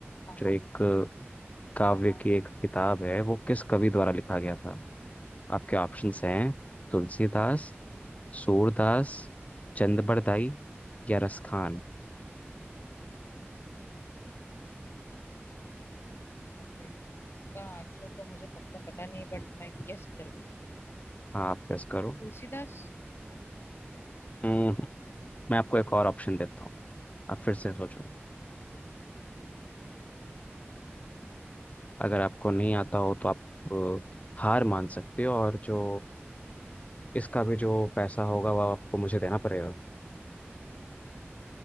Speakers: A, on the left; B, on the left.
A: अरे
B: जो एक काव्य
A: हाँ हाँ
B: की एक किताब है वो किस कवि द्वारा लिखा गया था आपके ऑप्शंस हैं तुलसीदास सूरदास चंदबरदाई या रसखान
A: बापरे इसका आंसर तो मुझे पक्का पता नहीं बट मैं गेस करूंगी
B: हाँ आप गेस करो
A: तुलसीदास
B: हम्म, मैं आपको एक और ऑप्शन देता हूँ आप फिर से सोचो अगर आपको नहीं आता हो तो आप अ, हार मान सकते हो और जो इसका भी जो पैसा होगा वह आपको मुझे देना पड़ेगा